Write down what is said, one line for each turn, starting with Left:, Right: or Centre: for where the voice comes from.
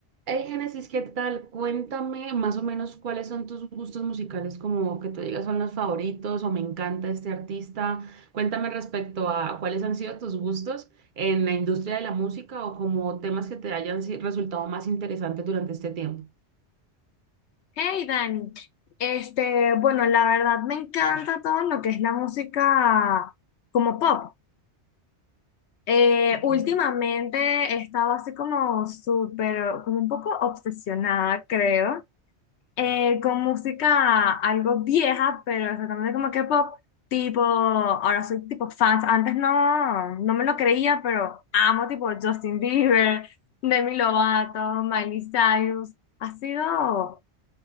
Right: Hey, Génesis, ¿qué tal? Cuéntame más o menos cuáles son tus gustos musicales, como que tú digas son los favoritos o me encanta este artista. Cuéntame respecto a cuáles han sido tus gustos en la industria de la música o como temas que te hayan si- resultado más interesantes durante este tiempo.
Left: Hey Dani, este, bueno, la verdad me encanta todo lo que es la música como pop. Eh,
Right: Ok.
Left: últimamente he estado así como súper, como un poco obsesionada, creo, eh, con música algo vieja, pero exactamente como que pop, tipo, ahora soy tipo fans, antes no, no me lo creía, pero amo tipo Justin Bieber, Demi Lovato, Miley Cyrus, ha sido